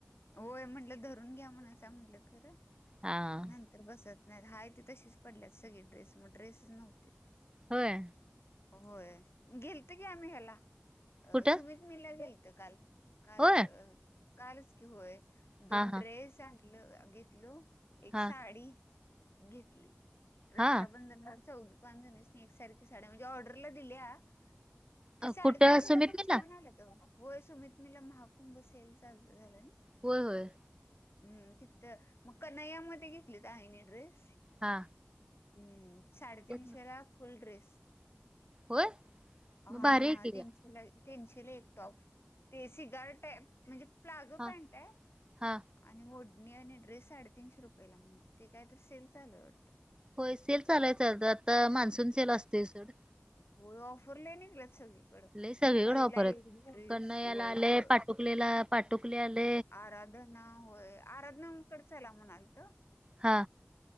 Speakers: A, on the left; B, on the right.
A: होय म्हटलं धरून घ्या म्हण अस म्हंटलं खर
B: हा हा.
A: नंत तर बसत नाही हाय ते तशीच पडल्यात सगळे ड्रेस मग ड्रेसच नव्हते
B: होय
A: होय गेलत की आम्ही ह्याला अ
B: कुठं
A: सुमित मीला गेलत काल काल
B: होय
A: कालच कि होय दोन
B: हा हा
A: ड्रेस आणल घेतल एक
B: हा
A: साडी घेतली रक्षाबंधन
B: हा
A: चौघी पाच जणी एकसारखी साड्या म्हणजे ऑर्डरला दिल्या ति
B: अ,
A: साडेतीनशे
B: कुठं सुमित
A: लापण
B: मिलला
A: छान आलं त होय सुमित मिल ला महाकुंभ सेल चालू झाला ना
B: होय होय
A: हम्म तितत मग कनैयामध्ये घेतली आईनी आहे ड्रेस
B: हा
A: हम्म साडे तीनशे
B: तेच ना.
A: ला फुल ड्रेस
B: होय
A: ह
B: मग भारी
A: आणि हा
B: आहे की
A: तीनशेला
B: गं.
A: तीनशेला एक टॉप ते सिगारट आहे म्हणजे प्लाझो
B: हा
A: पॅन्ट आहे
B: हा
A: आणि ओढणी आणि ड्रेस साडेतीनशे रुपये ला म्हणून ते काय तर सेल चालू वाढत
B: होय सेल चालू आहे यचालतात मान्सून सेल असतोय सोड
A: होय ऑफर लय निघल्यात सगळी कड
B: लय सगळीकडे
A: परीलास
B: ऑफर आहेत कन्हैयाला
A: वळप
B: आले पाटुकलेला पाटुकले आले
A: आराधना होय आराधना कडचायला म्हणालत
B: हा